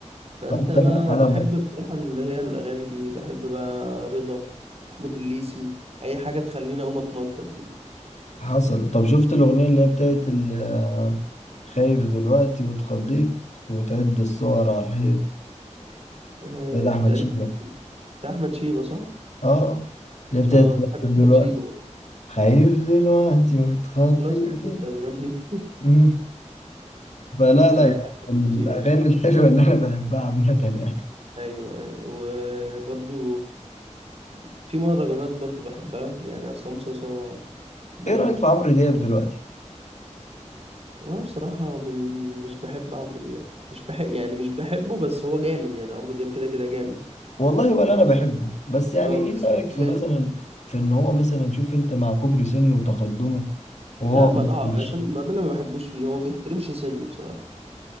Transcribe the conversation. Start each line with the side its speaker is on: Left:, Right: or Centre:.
Right: فانت
Left: فانت
Right: بقى
Left: لا انا
Right: بحب
Left: ب-
Right: بصراحة اللي هي الأغاني دي بحب بقى رضا محمود الليثي اي حاجة تخليني اقوم اتنطط دي
Left: حصل طب شفت الاغنيه اللي هي بتاعت ال- خايف دلوقتي واتخضيت وتعد الصور على الحيط
Right: آه،
Left: يا ده
Right: دي
Left: احمد
Right: تقريبا
Left: شيبه
Right: بتاع احمد شيبة صح
Left: اه اللي هي بتاعت
Right: اه
Left: خايف
Right: انا بحب
Left: دلوقتي
Right: احمد شيبة برضه.
Left: خايف دلوقتي واتخضيت
Right: خلاص يا عم انت هتغني
Left: مم.
Right: <laughs>
Left: فلا لا
Right: انا
Left: يعني
Right: بحب احمد
Left: من
Right: شيبة
Left: الاغاني
Right: بصراحة
Left: الحلوه اللي انا بحبها عامه يعني
Right: ايوه ايوه وبرضو في مهرجانات برضو بحبها يعني عصام صاصا بيعمل
Left: ايه رايك في عمرو
Right: كل-
Left: دياب دلوقتي
Right: وانا بصراحة من مش بحب عمرو دياب مش بحب يعني مش بحبه بس هو جامد يعني عمرو دياب كده كده جامد
Left: والله
Right: و...
Left: ولا انا بحبه بس يعني
Right: اه
Left: ايه
Right: بس
Left: رأيك في
Right: يعني
Left: مثلا في ان هو مثلا شوف انت مع كبر سنه وتقدمه وهو
Right: ده ما
Left: مثلا
Right: ضاع عشان
Left: ش-
Right: ما ده اللي ما بحبوش فيه هو ما بيحترمش سنه بصراحة